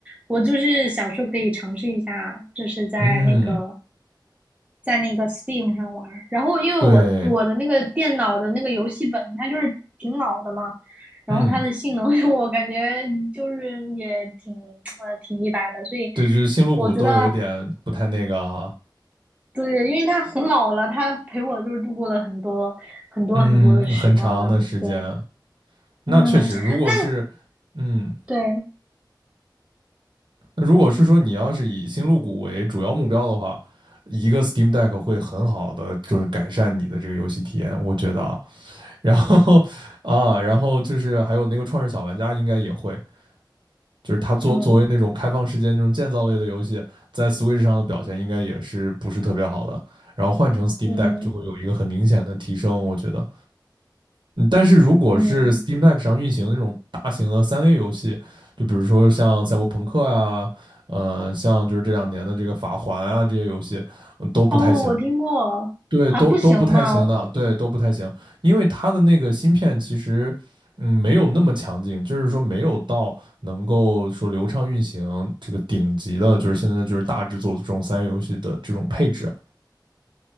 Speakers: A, on the right (about 15°); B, on the right (about 80°).
A: 我就是想说可以尝试一下，就是在那个
B: 嗯，
A: 在那个 Steam 上玩儿然后因为我我的那个电脑的那个游戏本它就是挺老的嘛，
B: 对，
A: 然后它的性能
B: 嗯，
A: <laughs> 我感觉就是也挺呃挺一般的，所以
B: 对，就是星露谷都有点不太那个啊，
A: 我觉得对，因为他很老了，他陪我就是度过了很多很多很多的时光了。
B: 嗯，很长的时间，
A: 对，
B: 那确实，
A: 嗯，
B: 如果是
A: 那
B: 嗯
A: 对，
B: 那如果是说你要是以星露谷为主要目标的话，一个 Steam Deck 会很好的就是改善你的这个游戏体验，我觉得啊。然后啊，然后就是还有那个《创世小玩家》应该也会，就是它作作为那种开放世界那种建造类的游戏，
A: 嗯
B: 在 Switch 上的表现应该也是不是特别好的。然后换成 Steam
A: 嗯
B: Deck 就会有一个很明显的提升，我觉得。嗯，但是如果是
A: 嗯，
B: Steam Deck 上运行的那种大型的三 A 游戏，就比如说像赛博朋克呀，呃，像就是这两年的这个法环啊这些游戏，嗯都不太行。
A: 哦，我听过啊，
B: 对，都都不太行的，
A: 不行吗？
B: 对，都不太行，因为它的那个芯片其实，嗯，没有那么强劲，就是说没有到能够说流畅运行这个顶级的，就是现在就是大制作的这种三 A 游戏的这种配置。